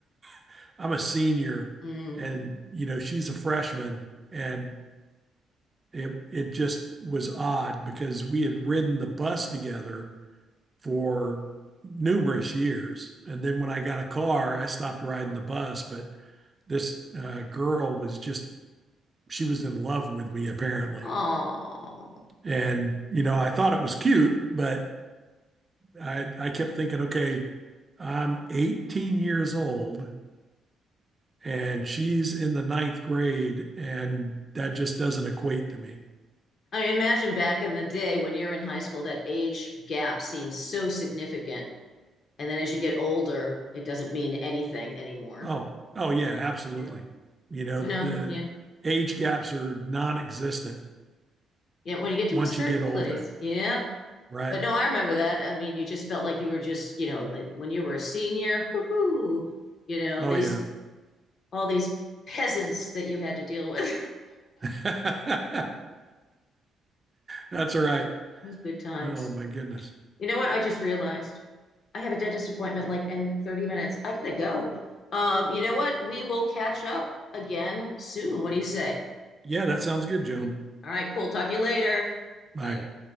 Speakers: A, on the right (about 25°); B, on the left (about 60°).
A: <laughs> I'm a senior,
B: mm,
A: and you know she's a freshman, and it it just was odd because we had ridden the bus together for numerous years, and then when I got a car, I stopped riding the bus. But this uh, girl was just she was in love with me apparently.
B: oh.
A: And, you know, I thought it was cute, but I, I kept thinking, okay, I'm 18 years old and she's in the ninth grade, and that just doesn't equate to me.
B: I mean, imagine back in the day when you're in high school, that age gap seems so significant. And then as you get older, it doesn't mean anything anymore.
A: Oh, oh, yeah, absolutely.
B: Yeah.
A: You know,
B: No,
A: the
B: yeah.
A: age gaps are non existent
B: Yeah. When you get to
A: once
B: a certain
A: you get older,
B: place. Yep.
A: right?
B: But no, I remember that. I mean, you just felt like you were just, you know, uh, when you were a senior, whoo, you know,
A: Oh,
B: these
A: yeah.
B: all these peasants that you had to deal with.
A: <laughs> That's all right.
B: <laughs> Those good times.
A: Oh, my goodness.
B: You know what? I just realized I have a dentist appointment like in 30 minutes. I gotta go. Um, you know what? We will catch up again soon. What do you say?
A: Yeah, that sounds good, Joan.
B: All right, cool. Talk to you later.
A: Bye.
B: Bye.